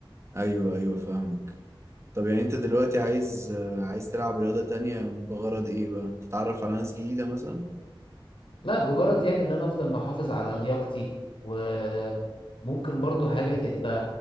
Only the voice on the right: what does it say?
ايوه ايوه فاهمك طب يعني انت دلوقتي عايز آه، عايز تلعب رياضة تانية بغرض ايه بقى تتعرف على ناس جديدة مثلا